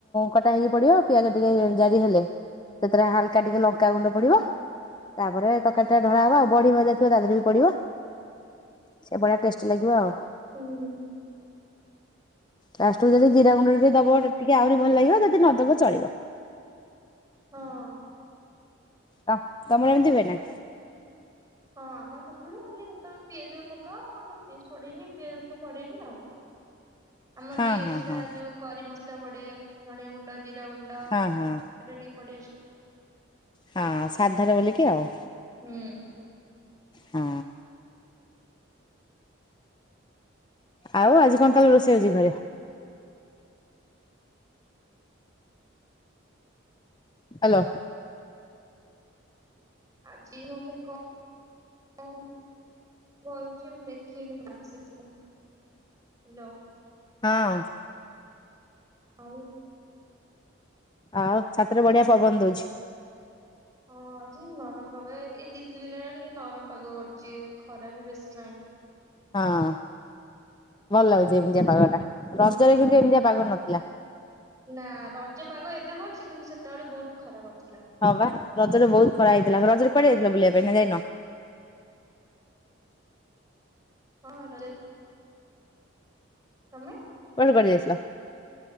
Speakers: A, on the left (about 20°); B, on the right (about 15°).
A: କଟା ହେଇକି ପଡିବ, ପିଆଜ ଟିକେ ଜାରି ହେଲେ, ସେଥିରେ ହାଲକା ଟିକେ ଲଙ୍କା ଲକା ଗୁଣ୍ଡ
B: ହୁଁ
A: ପଡିବ, ତାପରେ ତରକାରୀ ଟା ଢଳା ହବ, ଆଉ ବଢି ଭଜା ଥିବ ତା ଦେହରେ ବି ପଡିବ। ସେ ଭଳିଆ ଟେଷ୍ଟି ଲାଗିବ ଆଉ।
B: ହୁଁ ଉଁ
A: ଲଷ୍ଟକୁ ଯଦି ଜିରା ଗୁଣ୍ଡରେ ବି ଦବ ଟିକେ ଆହୁରି ଭଲ ଲାଗିବ, ଯଦି ନଦବ ଚଳିବ।
B: ହଁ ଅଁ
A: ତ ତମର ଏମିତି ହୁଏ ନା?
B: ହଁ ଆମର ତମେ ପିଆଜ ପକାଅ ଆମର ପିଆଜ ପଡେନି, ପିଆଜ ରସୁଣ ପଡେନି ଆଉ। <inaudible> ଆମର
A: ହଁ
B: ଟିକେ
A: ହଁ
B: ଏକ୍ସଟ୍ରା
A: ହଁ
B: ଯୋଉ କରି ମସଲା ପଡେ, ଧନିଆ ଗୁଣ୍ଡ, ଜିରା ଗୁଣ୍ଡ ଏଇଟା
A: ହଁ ହଁ
B: ଟିକେ ପଡେ।
A: ହଁ, ସାଧାରେ ବୋଲିକି ଆଉ
B: ହୁଁ ଉଁ
A: ହୁଁ। ଆଉ ଆଜି କଣ ତାହେଲେ ରୋଷେଇ ହେଉଛି ଘରେ? ହାଲୋ
B: ଆଜି ମାନେ କଣ କ କରୁଛି, ମୁଁ ଦେଖିନି ବା ସେଥି ହେଲା।
A: ହଁ
B: ଆଉ
A: ଆଉ ଛାତରେ ବଢିଆ ପବନ ଦଉଛି।
B: ହଁ ଆଜି ନରମ ପାଗ ଏଇ ଦି ତିନି ଦିନ ହେଲାଣି ନରମ ପାଗ କରୁଛି ଖରା ବି ବେଶୀ ନାହିଁ।
A: ହଁ ଭଲ ଲାଗୁଛି ଏମିତିଆ
B: ହୁଁ
A: ପାଗ ଟା,
B: ହୁଁ
A: ରଜରେ କିନ୍ତୁ ଏମିତିଆ ପାଗ ନଥିଲା।
B: ନା ରଜ ପାଗ ଏବେ କରୁଛି କିନ୍ତୁ ସେତେବେଳେ ବହୁତ ଖରା କରୁଥିଲା।
A: ହଁ ବା ରଜରେ ବହୁତ ଖରା ହେଇଥିଲା, ରଜରେ କୁଆଡେ ଯାଇଥିଲ ବୁଲିବା ପାଇଁ ନା ଯାଇନ?
B: ହଁ ର ତମେ
A: ତମେ କୁଆଡେ ଯାଇଥିଲ,